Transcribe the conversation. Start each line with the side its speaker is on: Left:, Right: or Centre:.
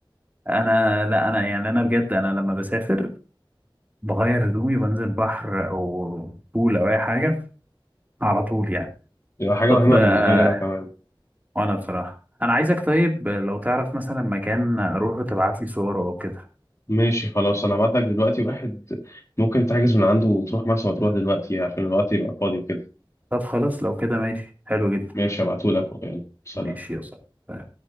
Right: انا لا انا يعني انا بجد انا لما بسافر بغير هدومي وبنزل بحر او بول او اي حاجه على طول يعني
Left: يبقى حاجة
Right: طب
Left: مهمة
Right: آه،
Left: بالنسبة لي أنا
Right: اه
Left: كمان
Right: وانا بصراحه انا عايزك طيب لو تعرف مثلا مكان اروحه تبعت لي صور او كده
Left: ماشي خلاص أنا هبعت لك دلوقتي واحد ممكن تحجز من عنده وتروح مرسى مطروح دلوقتي عشان الوقت يبقى فاضي وكده
Right: طب خلاص لو كده ماشي حلو جدا
Left: ماشي هبعتهولك يعني سلام
Right: ماشي يلا